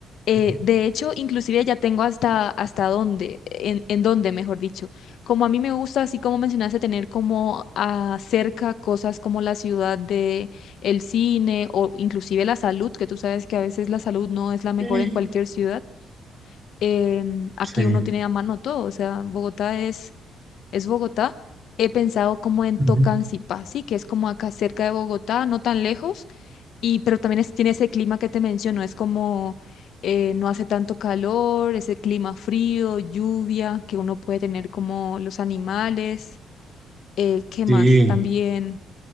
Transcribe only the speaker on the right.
Ujú.
Mm.
Sí.
Ujú.
Sí.